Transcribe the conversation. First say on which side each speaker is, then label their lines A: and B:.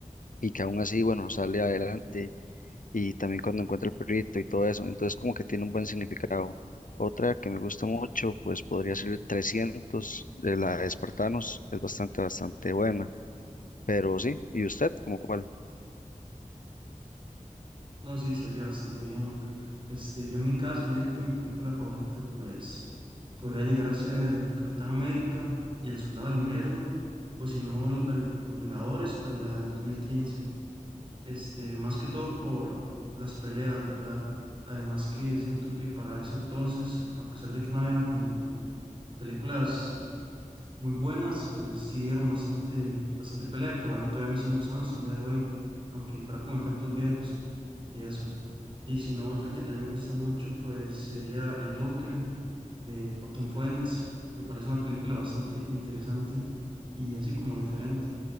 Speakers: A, on the left; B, on the right.
A: y que aún así, bueno, sale adelante y también cuando encuentra el perrito y todo eso. Entonces, como que tiene un buen significado. Otra que me gusta mucho, pues podría ser 300 de la de Espartanos. Es bastante, bastante buena. Pero sí, ¿y usted, como cuál?
B: No, sí, se oye bastante bien. Este, yo en mi caso, yo diría que mi película favorita, pues, podría llegar a ser Capitán América y El Soldado del Invierno, o si no, Los, Ve- Los Vengadores, pero la del dos mil quince Este, más que todo por las peleas, ¿verdad? Además que siento que para ese entonces, a pesar de que no había como películas muy buenas, pues sí dieron bastante, bastante pelea y por algo todavía me siguen gustando hasta el día de hoy, aunque fuera con efectos viejos y eso. Y si no, otra que también me gusta mucho, pues sería El Joker de Joaquín Phoenix. Me parece una película bastante interesante y así como diferente.